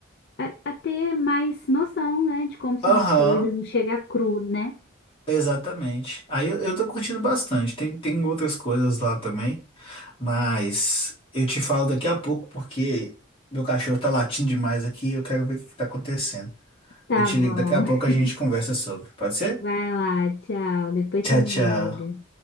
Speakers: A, on the left; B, on the left.
A: a, a ter mais noção, né, de como são
B: Aham.
A: as coisas, não chegar cru, né?
B: Exatamente. Aí eu, eu tô curtindo bastante. Tem, tem outras coisas lá também, mas eu te falo daqui a pouco porque meu cachorro tá latindo demais aqui e eu quero ver o que tá acontecendo.
A: Tá
B: Eu te
A: bom.
B: ligo daqui a pouco,
A: <laughs>
B: a gente conversa sobre. Pode ser?
A: Vai lá, tchau. Depois
B: Tchau,
A: você me
B: tchau.
A: liga.